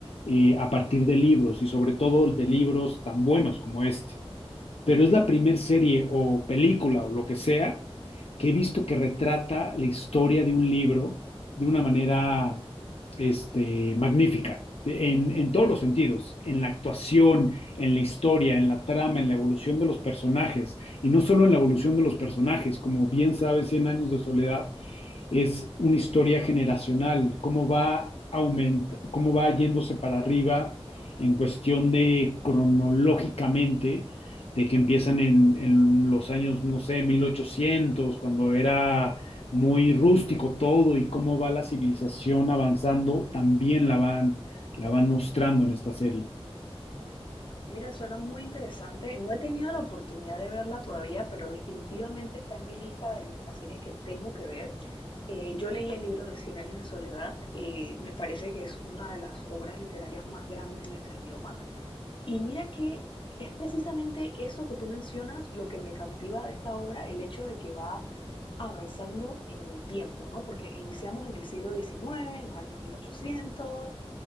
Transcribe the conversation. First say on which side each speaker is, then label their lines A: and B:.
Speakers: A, on the left; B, on the left.
A: eh, a partir de libros y sobre todo de libros tan buenos como este pero es la primer serie o película o lo que sea que he visto que retrata la historia de un libro de una manera este, magnífica, de- en, en todos los sentidos, en la actuación, en la historia, en la trama, en la evolución de los personajes, y no solo en la evolución de los personajes, como bien sabes, Cien Años de Soledad es una historia generacional, cómo va, aument cómo va yéndose para arriba en cuestión de cronológicamente, de que empiezan en, en, los años, no sé, 1800, cuando era muy rústico todo y cómo va la civilización avanzando, también la van, la van mostrando en esta serie.
B: Mira, suena muy interesante. No he tenido la oportunidad de verla todavía, pero definitivamente está en mi lista de las series que tengo que ver. Eh, yo leí el libro de Cien años de soledad, eh, me parece que es una de las obras literarias más grandes de nuestro idioma. Y mira que es precisamente eso que tú mencionas lo que me cautiva de esta obra, el hecho de que va avanzando en el tiempo, ¿no? Porque iniciamos en el siglo XIX, en los años mil ochocientos